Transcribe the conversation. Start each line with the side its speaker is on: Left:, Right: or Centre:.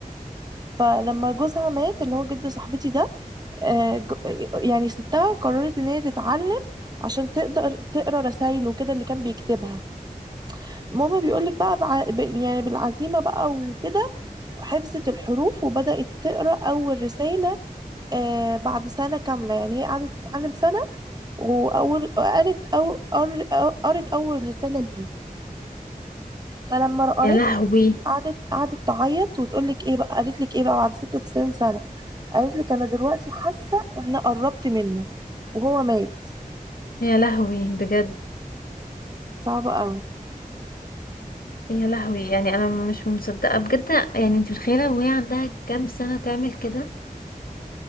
Right: فلما جوزها مات اللي هو جد صاحبتي ده آه، ج- يعني ستها قررت ان هي تتعلم عشان تقدر تقرا رسايله كده اللي كان بيكتبها ماما بيقولك بقى بع... ب- يعني بالعزيمة بقى وكده حفظت الحروف وبدأت تقرأ أول رسالة آه بعد سنة كاملة يعني هي قعدت تتعلم سنة وأول قرت أو قر- أو- قرت أول رسالة ليه فلما قريتها
Left: يا لهوي
Right: قعدت قعدت تعيط وتقولك إيه بقى قالت لك إيه بقى بعد 96 سنة قالت لك أنا دلوقتي حاسة إن قربت منه وهو مات
Left: يا لهوي بجد
Right: صعبة قوي
Left: يا لهوي يعني انا مش مصدقه بجد يعني انت متخيله وهي عندها كام سنه تعمل كده